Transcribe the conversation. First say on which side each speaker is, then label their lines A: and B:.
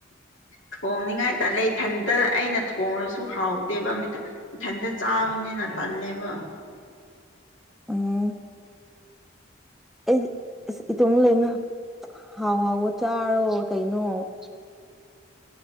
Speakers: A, on the left; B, in the centre.
A: ꯊꯣꯡꯅꯤꯡꯉꯥꯏ ꯇꯜꯂꯦ ꯏꯊꯟꯇ ꯑꯩꯅ ꯊꯣꯡꯉꯁꯨ ꯍꯥꯎꯗꯦꯕ ꯃꯤꯊꯟꯇ ꯆꯥꯕꯅꯤꯅ ꯇꯜꯂꯦꯕ
B: ꯎꯝ ꯑꯩꯗ ꯑꯁ ꯏꯇꯣ ꯂꯩꯅ ꯍꯥꯎ ꯍꯥꯎꯕ ꯆꯥꯔꯣ ꯀꯩꯅꯣ <inaudible>